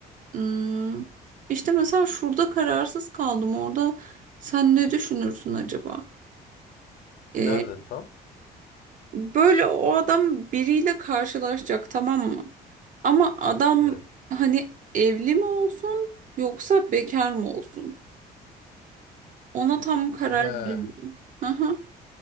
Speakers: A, on the right; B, on the left.
A: hmm, işte mesela şurada kararsız kaldım orada sen ne düşünürsün acaba? Ee,
B: Nerede tam?
A: böyle o adam biriyle karşılaşacak tamam mı? Ama adam
B: Evet.
A: hani evli mi olsun yoksa bekar mı olsun? Ona tam karar
B: He.
A: veririm. Aha.